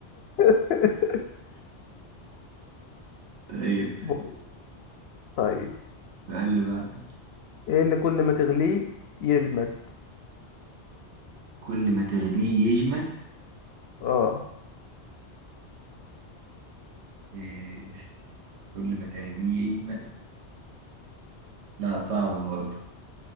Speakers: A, on the left; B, on the right.
A: <laughs>
B: طيب
A: بيض طيب
B: فقال له بقى طب
A: ايه اللي كل ما تغليه يجمد
B: كل ما تغليه يجمل
A: اه
B: إيه، كل ما تغليه يجمل لا صعب برضه